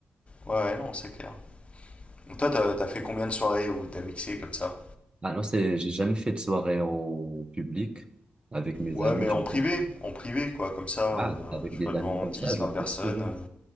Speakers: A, on the left (about 30°); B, on the right (about 25°).
A: Ouais, ouais, non, c'est clair. Donc toi, t'as, t'as fait combien de soirées où t'as mixé comme ça?
B: Ah non, c'est, j'ai jamais fait de soirée en public avec mes
A: Ouais,
B: amis,
A: mais
B: j'en
A: en privé,
B: fais,
A: en privé, quoi, comme ça, euh,
B: ah, avec
A: tu
B: des
A: vois, devant
B: amis comme
A: 10,
B: ça, j'en
A: 20 personnes,
B: fais souvent.
A: euh,